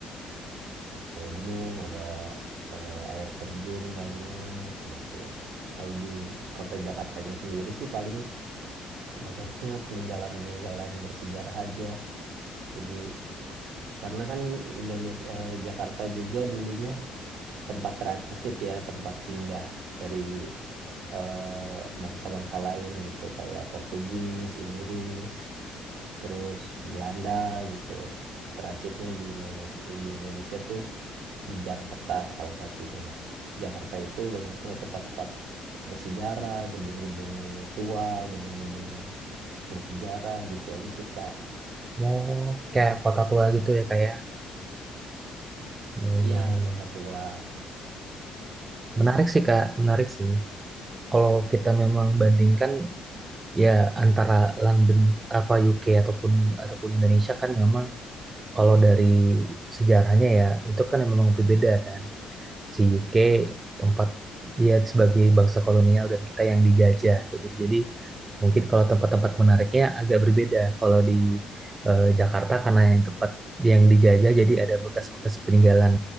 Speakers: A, on the right; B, on the right.
A: gunung ada eh, air terjun banyak gitu kalau di kota Jakartanya sendiri sih paling banyaknya peninggalan-peninggalan bersejarah aja jadi karena kan Indonesia eh, Jakarta juga dulunya tempat transit ya tempat singgah dari eh, bangsa-bangsa lain gitu kayak Portugis, Inggris, terus Belanda gitu transitnya di Indonesia di Indonesia tuh di Jakarta salah satunya nah Jakarta itu banyaknya tempat-tempat bersejarah gedung-gedung tua gedung-gedung bersejarah gitu aja sih kak
B: Mau kayak kota tua gitu ya kayak Iya, iya,
A: ya
B: iya.
A: kota tua
B: Menarik sih, Kak. Menarik sih. Kalau kita memang bandingkan ya antara London apa UK ataupun ataupun Indonesia kan memang kalau dari sejarahnya ya itu kan memang berbeda kan. si UK tempat dia sebagai bangsa kolonial dan kita yang dijajah kayak gitu. Jadi mungkin kalau tempat-tempat menariknya agak berbeda. Kalau di eh, Jakarta karena yang tempat yang dijajah jadi ada bekas-bekas peninggalan